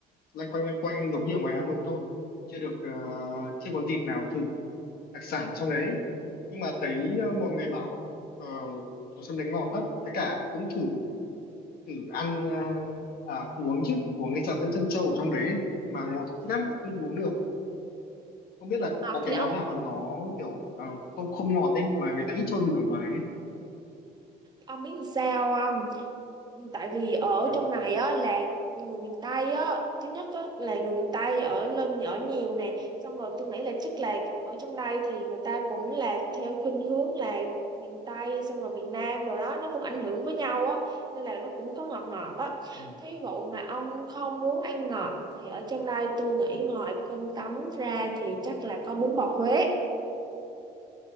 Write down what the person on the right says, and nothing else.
Ừ.
ngọt
thì
ông
ừ.
Ông biết làm sao không? Ừ, tại vì ở
trong này á là người miền Tây á thứ nhất á, là người miền Tây ở lên ở nhiều nè xong rồi tôi nghĩ là chắc là ở trong đây thì người ta cũng là theo khuynh hướng là miền Tây xong rồi miền Nam rồi đó nó cũng ảnh hưởng với nhau á nên là nó cũng có ngọt ngọt á
thí dụ mà ông không muốn ăn ngọt thì ở trong đây tôi nghĩ ngoài cơm tấm ra thì chắc là có bún bò Huế